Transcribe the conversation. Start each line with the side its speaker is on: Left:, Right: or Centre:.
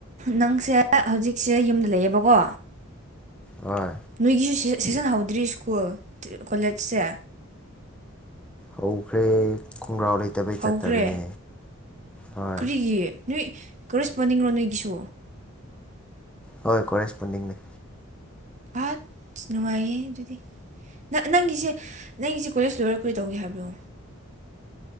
Right: ꯅꯪꯁꯦ ꯑ ꯍꯧꯖꯤꯛꯁꯦ ꯌꯨꯝꯗ ꯂꯩꯌꯦꯕꯀꯣ
Centre: ꯍꯣꯢ
Right: ꯅꯣꯏꯒꯤꯁꯨ ꯁꯦꯁꯟ ꯁꯦꯁꯟ ꯍꯧꯗ꯭ꯔꯤ ꯁ꯭ꯀꯨꯜ ꯀꯣꯂꯦꯖ ꯖꯦ
Centre: ꯍꯧꯈ꯭ꯔꯦ ꯈꯣꯡꯒ꯭ꯔꯥꯎ ꯂꯩꯇꯕꯩ
Right: ꯍꯧꯈ꯭ꯔꯦ
Centre: ꯆꯠꯇꯕꯅꯦ ꯍꯣꯏ
Right: ꯀꯔꯤꯒꯤ ꯅꯣꯏ ꯀꯔꯦꯁꯄꯣꯟꯗꯤꯡꯔꯣ ꯅꯣꯏꯒꯤꯁꯨ
Centre: ꯍꯣꯏ ꯀꯣꯔꯦꯁꯄꯣꯟꯗꯤꯡꯅꯤ
Right: ꯑꯁ ꯅꯨꯡꯉꯥꯏꯌꯦ ꯗꯨꯗꯤ ꯅ ꯅꯪꯒꯤꯁꯦ ꯅꯪꯒꯤꯁꯦ ꯀꯣꯂꯦꯖ ꯂꯣꯏꯔꯒ ꯀꯩꯇꯧꯒꯦ ꯍꯥꯏꯕ꯭ꯔꯣ